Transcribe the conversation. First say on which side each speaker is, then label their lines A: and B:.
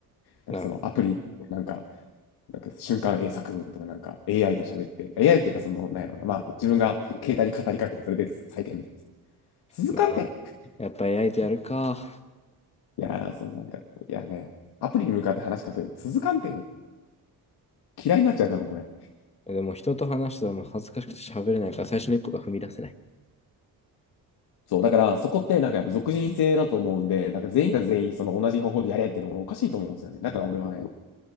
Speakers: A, on the left; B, on the left.
A: なんかその、
B: なるほど。
A: アプリ、なんか、なんか瞬間英作文とか、なんか AI と喋って、AI っていうか、その、なんやろうな、まあ、自分が携帯に語りかけて、それで採点みたいな。続かんて。
B: まあ、やっぱ AI とやるか。
A: いやー、そのなんか、いやね、アプリに向かって話しかける、続かんて。嫌いになっちゃう、多分これ。
B: でも人と話したらもう恥ずかしくて喋れないから、最初の一歩が踏み出せない。
A: そう、だからそこってなんかやっぱ属人性だと思うんで、なんか全員が全員その同じ方法でやれっていうのがおかしいと思うんですよね。だから俺はね、